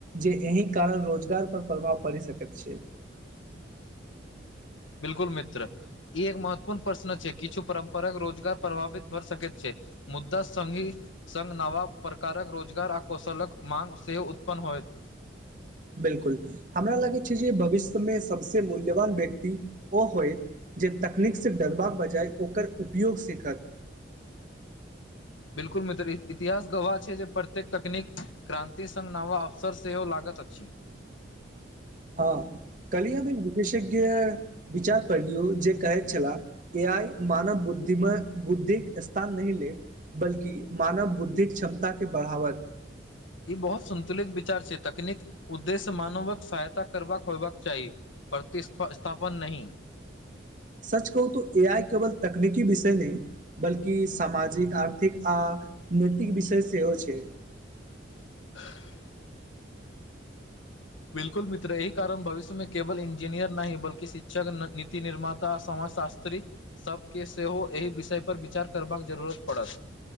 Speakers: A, on the right; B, on the left.
A: जे अही कारण रोजगार पर प्रभाव पड़ी सकैत छै
B: बिल्कुल मित्र ई एक महत्वपूर्ण प्रश्न छै किछु परम्पराक रोजगार प्रभावित भर सकैत छै मुद्दा संघी संग नवा प्रकारक रोजगार आ कौशलक माँग सेहो उत्पन्न होयत
A: बिल्कुल हमरा लगैत छै जे भविष्यमे सबसे मूल्यवान व्यक्ति ओ होइत जे तकनीकसँ डरबाक बजाय ओकर उपयोग सीखत
B: बिलकुल मित्र इतिहास गवाह छै जे प्रत्येक तकनीक क्रान्ति संघ नव अवसर सेहो लागत अछि
A: हँ कल्हि हमे एक विशेषज्ञ विचार पढ़लियौ जे कहैत छलाह ए आइ मानव बुद्धिम बुद्धिक स्थान नहि ले बल्कि मानव बुद्धिक क्षमता के बढ़ावत
B: ई बहुत संन्तुलित विचार छै तकनीक उद्देश्य मानवक सहायता करबाक होयबाक चाही प्रतिस्स्थापन नहि
A: सच कहू तऽ ए आइ केवल तकनीकी विषय नहि बल्कि सामाजिक आर्थिक आ नैतिक विषय सेहो छै
B: ह <inaudible> बिल्कुल मित्र एहि कारण भविष्य मे केवल इंजीनियर नहि बल्कि शिक्षक नीति निर्मात ता समाजशास्त्री सभके सेहो एहि विषय पर विचार करबाक जरूरत पड़त